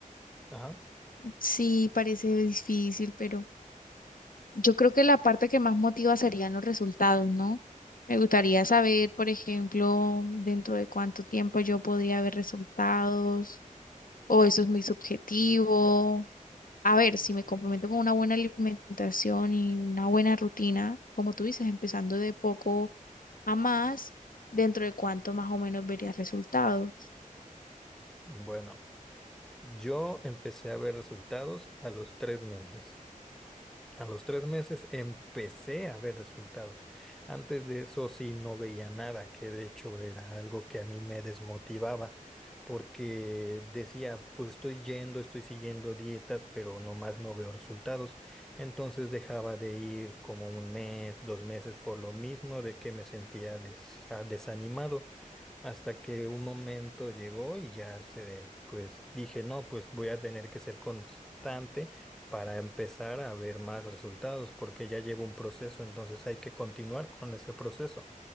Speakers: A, in the centre; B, on the left.
A: Ajá.
B: sí, parece difícil, pero yo creo que la parte que más motiva serían los resultados, ¿no? Me gustaría saber, por ejemplo, dentro de cuánto tiempo yo podría ver resultados o eso es muy subjetivo. A ver, si me comprometo con una buena alimentación y una buena rutina, como tú dices, empezando de poco a más, dentro de cuánto más o menos verías resultados.
A: Bueno, yo empecé a ver resultados a los tres meses. A los tres meses empecé a ver resultados. Antes de eso sí no veía nada, que de hecho era algo que a mí me desmotivaba, porque decía, pues estoy yendo, estoy siguiendo dietas, pero nomás no veo resultados. Entonces dejaba de ir como un mes, dos meses por lo mismo de que me sentía desa- desanimado. Hasta que un momento llegó y ya se, de- pues dije, no, pues voy a tener que ser constante para empezar a ver más resultados, porque ya llevo un proceso, entonces hay que continuar con ese proceso.